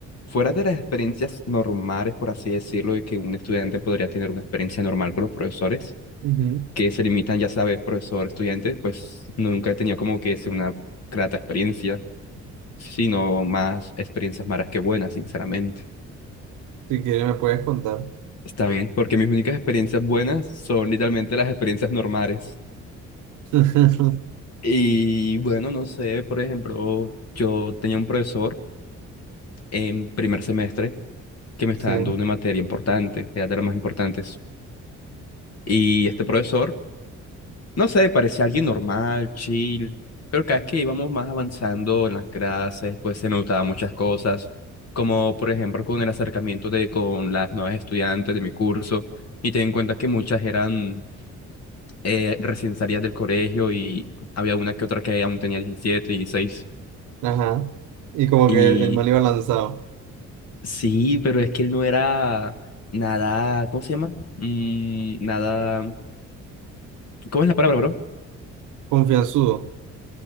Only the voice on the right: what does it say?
Ujú.
Si quieres, me puedes contar.
<laughs>
Sí.
Ajá. Y como
que el, el man iba lanzado,
confianzudo.